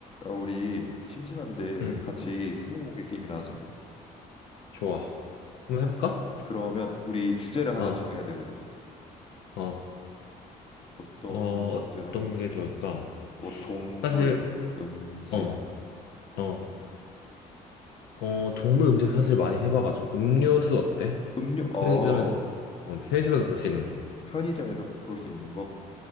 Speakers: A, on the left (about 35°); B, on the left (about 80°).
A: 야, 우리 심심한데
B: 응,
A: 같이 스무고개 게임이나 하자.
B: 좋아. 한번 해볼까?
A: 그러면 우리 주제를 하나
B: 어,
A: 정해야 되거든.
B: 어,
A: 어떤
B: 어,
A: 주제로 하는
B: 어떤
A: 거 좋겠지?
B: 게 좋을까?
A: 뭐 동물,
B: 사실,
A: 음식,
B: 어, 어, 어, 동물 음식 사실 많이 해봐가지고 음료수
A: 음,
B: 어때?
A: 음료, 어,
B: 편의점에서, 어, 편의점에서 볼 수 있는 거.
A: 편의점에서 볼 수 있는 거.